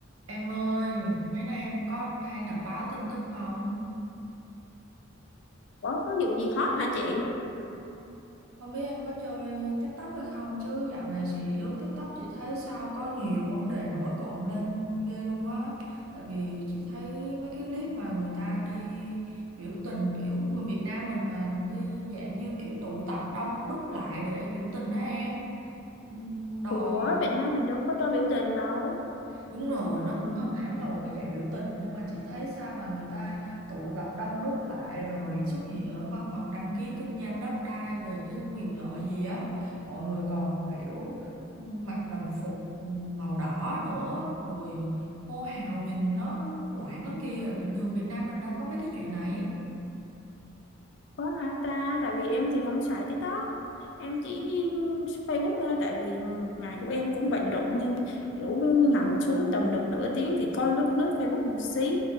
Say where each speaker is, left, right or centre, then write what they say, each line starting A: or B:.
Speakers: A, on the right; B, on the left.
A: Em ơi, mấy nay em có hay đọc báo tin tức không?
B: Ủa có vụ gì hot hả chị?
A: Không biết em có chơi TikTok hay không chứ dạo này chị lướt TikTok chị thấy sao có nhiều vấn đề nổi cộm lên ghê luôn á. Tại vì chị thấy mấy cái clip mà người ta đi biểu tình kiểu người Việt Nam mình mà đi dạng như kiểu tụ tập đông đúc lại để biểu tình đó em. Ừm, Đòi
B: Ủa Việt Nam mình đâu có cho biểu tình đâu.
A: Đúng rồi, nó cũng không hẳn là một cái dạng biểu tình nhưng mà chị thấy sao mà người ta tụ tập đông đúc lại rồi xuất hiện ở văn phòng đăng ký kinh doanh đất đai về cái quyền lợi gì á. Mọi người còn kiểu ừ, mặc đồng phục màu đỏ nữa rồi hô hào nhìn nó loạn lắm kia. Bình thường Việt Nam mình đâu có mấy cái chuyện này.
B: Có hả ta? Tại vì em thì không xài TikTok. Em chỉ Facebook thôi. Tại vì ngày của em cũng bận rộn nên kiểu nằm xuống tầm được nửa tiếng thì coi lướt lướt Facebook một xí.